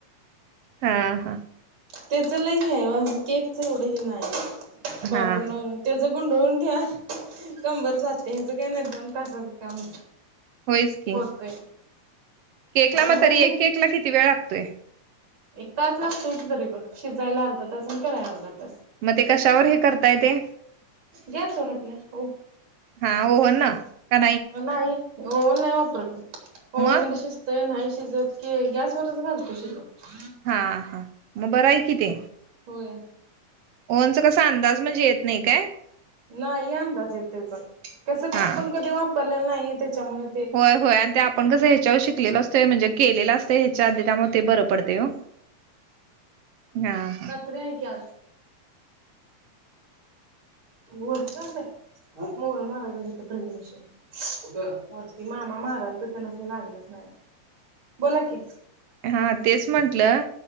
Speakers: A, on the right; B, on the right.
A: हा हा
B: त्याच लई हे हाय ओ आहे केकच एवढं ह नाही
A: हा
B: बाबू
A: हा
B: नो त्याच गुंडळून ठेवा कंबर जाते हेच काही नाही दोन तासाचं काम.
A: होईस की
B: होतय
A: केकला
B: ऑनलाईन
A: म तरी एक केक ला किती वेळ लागतोय?
B: एक तास लागतो इथ तरी पण शिजायला आर्धा तास आणि कराय आर्धा तास.
A: मग ते कशावर हे करता येते.
B: गॅसवर होत ल हो.
A: हा ओव्हन ना का
B: नाही ओवन नाही वापरत मी ओवन
A: मग
B: मध्ये शीज ते नाही शिजत की गॅसवरच घालतो शिजत.
A: हां हा म बरं आहे कि ते.
B: होय.
A: ओव्हनचा कसा अंदाज म्हणजे येत नाही काय?
B: नाही यंदाज येत त्याचा त्याचं काय
A: हा
B: आपण कधी वापरलेलं नाही त्याच्यामुळं
A: होय होय आणि ते आपण कसं ह्याच्यावर शिकलेलो असतोय म्हणजे केलेला आस ते इचारते त्या मुळं ते बरं पडतयं हो हां हां.
B: आता काय आजून? ओलसरच आहे आं होल मारायला तीत ड्रिल मशीन. कुटं वरती मामा माराल तीत ना ते लागलंच नाय. बोला कि.
A: हां तेच म्हंटलं